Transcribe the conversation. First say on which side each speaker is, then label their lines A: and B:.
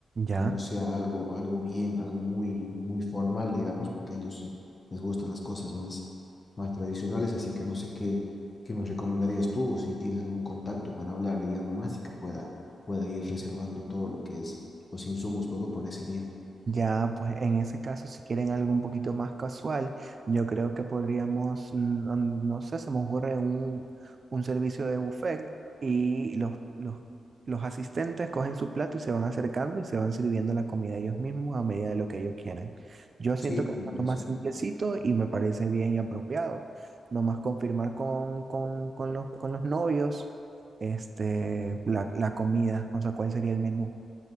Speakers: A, on the right; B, on the left.
A: Ya.
B: que no sea algo, algo bien, algo muy, muy formal, digamos, porque a ellos eh, les gustan las cosas más, más tradicionales. Así que no sé qué, qué me recomendarías tú, o si tienes algún contacto para hablarle ya nomás y que pueda, pueda ir reservando todo lo que es los insumos, todo para ese día.
A: Ya, pues en ese caso, si quieren algo un poquito más casual, yo creo que podríamos, mm, mm, no sé, se me ocurre un, un servicio de buffet y los, los, los asistentes cogen su plato y se van acercando y se van sirviendo la comida ellos mismos a medida de lo que ellos quieran. Yo siento
B: Sí,
A: que es
B: me parece.
A: lo más
B: bien.
A: simplecito y me parece bien y apropiado. Nomás confirmar con, con, con los, con los novios este, la, la comida, o sea, cuál sería el menú.